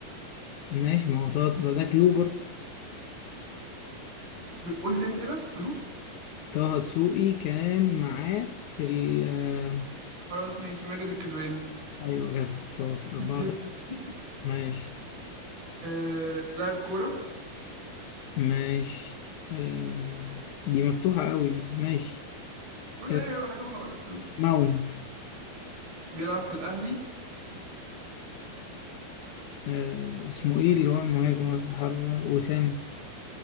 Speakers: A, on the left; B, on the right.
A: ماشي ما هو طه ده, ده كلو برضه
B: <laughs> قول تاني كده كلو
A: طه دسوقي كان معاه في ال آه،
B: خلاص ماشي ماجد الكدواني
A: أيوة جدع شاطر أربعة
B: <laughs>
A: تلاتة. ماشي
B: آه... لاعب كورة
A: ماشي آم، دي مفتوحة قوي دي ماشي
B: قول اي
A: آه،
B: حاجة وهقول لك كلو
A: ماونت
B: بيلعب في الاهلي
A: آه، اسمه إيه اللي هو المهاجم رأس الحربة ده؟ وسام